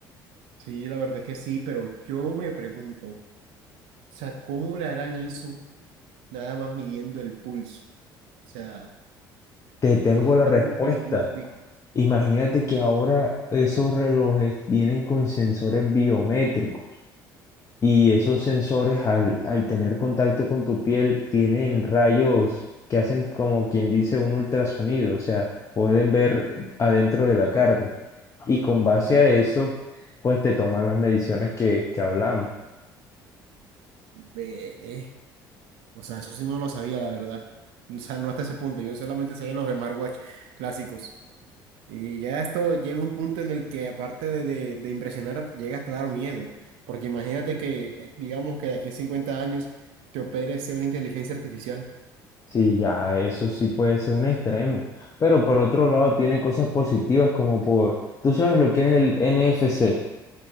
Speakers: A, on the right; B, on the left.
A: Sí, la verdad es que sí, pero yo me pregunto, o sea, ¿cómo le harán eso nada más midiendo el pulso? O sea,
B: Te tengo
A: es
B: la
A: algo
B: respuesta.
A: que yo me explico.
B: Imagínate que ahora esos relojes vienen con sensores biométricos y esos sensores al, al tener contacto con tu piel tienen rayos que hacen como quien dice un ultrasonido, o sea, pueden ver adentro de la carne y con base
A: Ujú.
B: a eso, pues te toman las mediciones que, que hablamos.
A: Ve, eh, o sea, eso sí no lo sabía, la verdad. O sea, no hasta ese punto, yo solamente sabía los smartwatch clásicos. Y ya esto llega a un punto en el que aparte de, de- de impresionar, llega hasta dar miedo, porque imagínate que, eh, digamos que de aquí a 50 años te opere sea una inteligencia artificial.
B: Sí, ya eso sí puede ser un extremo, pero por otro lado tiene cosas positivas como por, tú sabes lo que es el NFC.